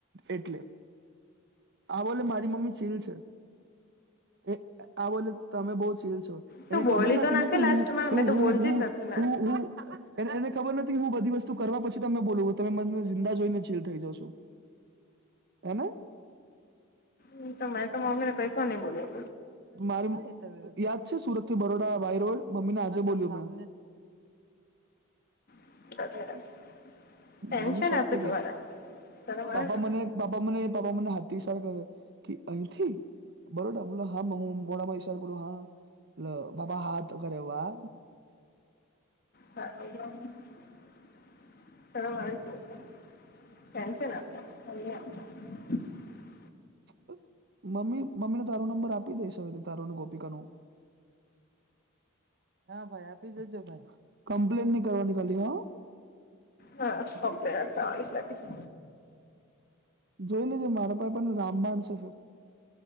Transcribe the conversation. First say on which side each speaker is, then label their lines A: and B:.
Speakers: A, on the right; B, on the left.
A: એટલે આ બોલ મારી મમ્મી ચીલ છે. એ આ બોલે તમે બહુ ચીલ છો.
B: તું
A: એને
B: બોલી
A: ખબર નથી
B: તો
A: ને
B: લાસ્ટમાં
A: હું હુ
B: મેં તો
A: હુ
B: બોલતી
A: હુ
B: જ નથી ને
A: હુ હુ એને ખબર નથી હું બધી વસ્તુ કરવા પછી તને બોલું તમે મને જિંદા જોઈ ને ચીલ થઈ જાવોશો. એને?
B: હમ તો મેં તો મમ્મીને કઈ પણ નઈ બોલ્યો.
A: મારી યાદ છે સુરત થી બરોડા બાય રોડ મમ્મી આજે બોલ્યું
B: <unintelligible> ટેન્શન
A: મમ્મી શોખ
B: આપે
A: થઈ
B: તુંમારા
A: ગઈ
B: શરમ
A: પાપા
B: આવે છે.
A: મને પાપા મને પાપા મને હાથી <unintelligible> અહીંથી બરોડા હા હું મોડામાં ઇશારો કરું હા બાબા હાથ કરેએ વાહ
B: <unintelligible> <inaudible>
A: <unintelligible> મમ્મી મમ્મીને તારો નંબર આપી દઈશ હવે તારો અને ગોપિકાનું હા ભાઈ આપી દેજો ભાઈ કમ્પ્લેન નહી કરવાની ખાલી હ
B: હા કમ્પ્લેન થવાની લાગે છે.
A: જોઈ લીધું મારો પાઈ પણ રામબાણ છે ફીર